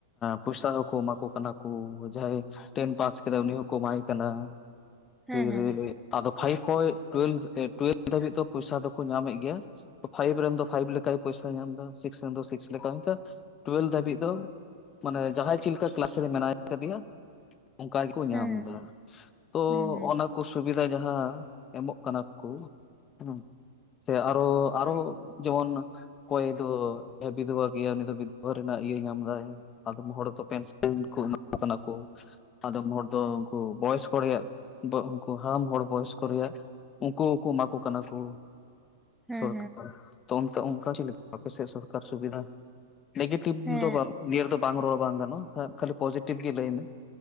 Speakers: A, on the left; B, in the centre.
A: ᱯᱚᱭᱥᱟ ᱦᱚᱸᱠᱚ ᱮᱢᱟ ᱠᱚ ᱠᱟᱱᱟ ᱠᱚ ᱡᱟᱦᱟᱸᱟᱭ ᱴᱮᱱ ᱯᱟᱥ ᱠᱮᱫᱟᱭ ᱩᱱᱤ ᱦᱚᱸ ᱠᱚᱢᱟᱭ ᱠᱟᱱᱟ
B: ᱦᱮᱸ
A: ᱯᱷᱤᱨᱤ
B: ᱦᱮᱸ
A: ᱨᱮ ᱟᱫᱚ ᱯᱷᱟᱭᱤᱵᱷ ᱠᱷᱚᱡ ᱴᱩᱭᱮᱞ ᱴᱩᱭᱮᱞ ᱫᱷᱟᱹᱵᱤᱡ ᱫᱚ ᱯᱚᱭᱥᱟ ᱫᱚᱠᱚ ᱧᱟᱢᱮᱫ ᱜᱮᱭᱟ ᱾ ᱯᱷᱟᱭᱤᱵᱷ ᱨᱮᱱ ᱫᱚ ᱯᱷᱟᱭᱤᱵᱷ ᱞᱮᱠᱟᱭ ᱯᱚᱭᱥᱟᱭ ᱧᱟᱢ ᱮᱫᱟ ᱥᱤᱠᱥ ᱨᱮᱱ ᱫᱚ ᱥᱤᱠᱥ ᱞᱮᱠᱟ ᱤᱱᱠᱟ ᱴᱩᱭᱮᱞ ᱫᱷᱟᱹᱵᱤᱡ ᱫᱚ ᱢᱟᱱᱮ ᱡᱟᱦᱟᱸᱭ ᱪᱮᱫ ᱞᱮᱠᱟ ᱠᱮᱞᱟᱥ ᱨᱮ ᱢᱮᱱᱟᱭ ᱟᱠᱟᱫᱮᱭᱟ ᱾ ᱚᱱᱠᱟ ᱜᱮᱠᱚ ᱧᱟᱢ
B: ᱦᱮᱸ
A: ᱫᱟ ᱛᱚ
B: ᱦᱩᱸ ᱦᱩᱸ
A: ᱚᱱᱟ ᱠᱩ ᱥᱩᱵᱤᱫᱷᱟ ᱡᱟᱦᱟᱸ ᱮᱢᱚᱜ ᱠᱟᱱᱟ ᱠᱚ ᱦᱩᱸ ᱥᱮ ᱟᱨᱚ ᱟᱨᱚ ᱡᱮᱢᱚᱱ ᱚᱠᱚᱭ ᱫᱚ ᱵᱤᱫᱵᱟ ᱜᱮᱭᱟ ᱩᱱᱤ ᱫᱚ ᱵᱤ ᱼᱼ ᱫᱷᱚᱵᱟ ᱨᱮᱱᱟᱜ ᱤᱭᱟᱹ ᱧᱟᱢ ᱫᱟᱭ ᱟᱫᱚᱢ ᱦᱚᱲ ᱫᱚ ᱯᱮᱱᱥᱮᱱ ᱠᱚ ᱮᱢᱟ ᱠᱚ ᱠᱟᱱᱟ ᱠᱚ ᱟᱫᱚᱢ ᱦᱚᱲ ᱫᱚ ᱩᱱᱠᱩ ᱵᱚᱭᱚᱥᱠᱚ ᱨᱮᱭᱟᱜ ᱩᱱᱠᱩ ᱦᱟᱲᱟᱢ ᱦᱚᱲ ᱵᱚᱭᱚᱥᱠᱚ ᱨᱮᱭᱟᱜ ᱾ ᱩᱱᱠᱩ ᱠᱩ ᱮᱢᱟ ᱠᱚ ᱠᱟᱱᱟ ᱠᱩ
B: ᱦᱮᱸ
A: ᱥᱚᱨᱠᱟᱨ ᱛᱚ ᱚᱱᱠᱟ ᱚᱱᱠᱟ ᱪᱮᱫ ᱞᱮᱠᱟ ᱟᱯ ᱥᱮᱫ ᱥᱚᱨᱠᱟᱨ ᱥᱩᱵᱤᱫᱷᱟ ᱱᱮᱜᱮᱴᱤᱵᱷ
B: ᱦᱮᱸ
A: ᱫᱚ ᱵᱟᱝ ᱱᱤᱭᱟᱹ ᱫᱚ ᱵᱟᱝ ᱨᱚᱲ ᱵᱟᱝ ᱜᱟᱱᱚᱜᱼᱟ ᱠᱷᱟᱹᱞᱤ ᱯᱚᱡᱮᱴᱤᱵᱷ ᱜᱮ ᱞᱟᱹᱭ ᱢᱮ᱾